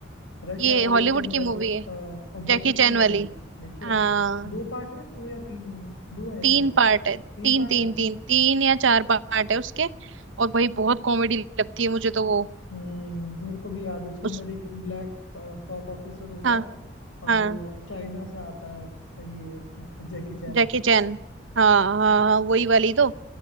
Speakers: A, on the left (about 80°); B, on the right (about 70°).
A: रश
B: ये
A: आवर उसके
B: हॉलीवुड
A: अंदर
B: की मूवी
A: अ,
B: है
A: जैकी
B: जैकी चैन
A: चैन वाली
B: वाली
A: देखिए
B: हाँ
A: ना दो पार्ट है दो या तीन दो है
B: तीन
A: शायद
B: पार्ट है
A: तीन
B: तीन
A: पार्ट
B: तीन
A: है क्या
B: तीन तीन या चार पार्ट है उसके और भाई बहुत कॉमेडी लगती है मुझे तो वो
A: हम्म मेरे को भी याद है उसके
B: उस
A: अंदर एक ब्लैक कॉप ऑफिसर होता
B: हाँ
A: है और
B: हाँ
A: वो चाइना से आता है ये जैकी चैन
B: जैकी चैन हाँ हाँ हाँ वही वाली तो